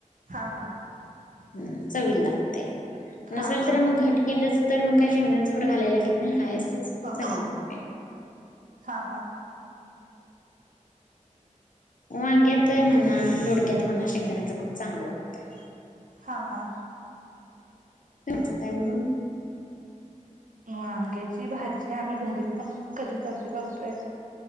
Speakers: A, on the right; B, on the left.
A: हा हा.
B: हम्म् चवीला. ते
A: हा
B: नसेल
A: हा
B: तर मग घट केलंच- तर मग काय शेंगदाण्याच कूट घालायला लागत नाही. हाय असंच
A: हा
B: चांगल लागतय.
A: हा
B: वांग्यात म्हना, दोडक्यात म्हना शेंगदाण्याच कूट चांगलं लागतय.
A: हा हा.
B: <unintelligible> वरून
A: वांग्याची भाजी, आम्ही भरीत पण कधीतरी करतोय.